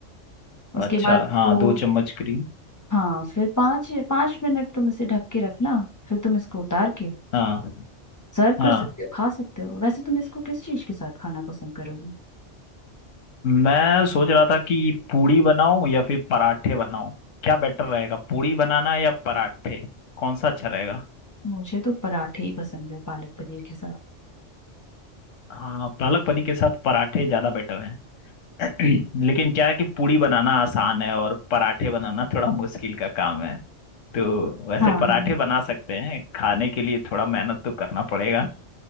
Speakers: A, on the left; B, on the left.
A: उसके
B: अच्छा
A: बाद इसको
B: हाँ दो चम्मच क्रीम
A: हाँ फिर पाँच पाँच मिनट तुम इसे ढक के रखना फिर तुम इसको उतार के
B: हाँ
A: सर्व
B: हाँ
A: कर सकते हो खा सकते हो वैसे तुम इसको किस चीज के साथ खाना पसंद करोगे
B: मैं सोच रहा था कि पूड़ी बनाऊं या फिर पराठे बनाऊं क्या बेटर रहेगा पूड़ी बनाना या पराठे कौन सा अच्छा रहेगा
A: मुझे तो पराठे ही पसंद है पालक पनीर के साथ
B: हाँ पालक पनीर के साथ पराठे ज्यादा बेटर हैं <clears throat> लेकिन क्या है कि पूड़ी बनाना आसान है और पराठे बनाना थोड़ा मुश्किल का काम है तो वैसे
A: हाँ
B: पराठे
A: हाँ
B: बना सकते हैं खाने के लिए थोड़ा मेहनत तो करना पड़ेगा